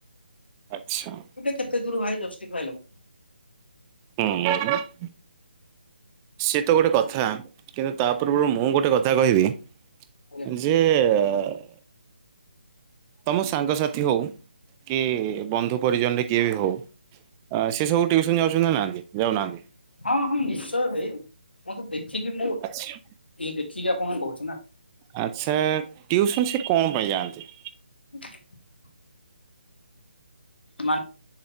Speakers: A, on the right; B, on the left.
A: ଆଚ୍ଛାଁ
B: କେତେ ଦୂରୁ ଭାଇ ଯଷ୍ଟି ଫାଇ ନବୁ
A: ହୁଁ ସେତ ଗୋଟେ କଥା କେବେ ତା ପୂର୍ବରୁ ମୁଁ ଗୋଟେ କଥା କହିବି ଝିଅ
B: ଆଜ୍ଞା
A: ତମ ସାଙ୍ଗ ସାଥି ହଉ କିଏ ବନ୍ଧୁ ପରିଜନ୍‌ରେ କିଏ ବି ହଉ ସେ ସବୁ ଟିଉସନ୍ ଯାଉଚନ୍ତି ନା ନାହାଁନ୍ତି ଯାଉନାହାଁନ୍ତି
B: ହଁ ହଁ ନିଶ୍ଚୟ ଭାଇ ମୁଁ ତ ଦେଖିକି ମୁଁ ଟିକେ
A: ଆଚ୍ଛା
B: ଦେଖିକି ଆପଣଙ୍କୁ କହୁଛି ନା
A: ଆଚ୍ଛା ଟିଉସନ୍ ସେ କଣ ପାଇଁ ଯାନ୍ତି
B: <unintelligible> ନା।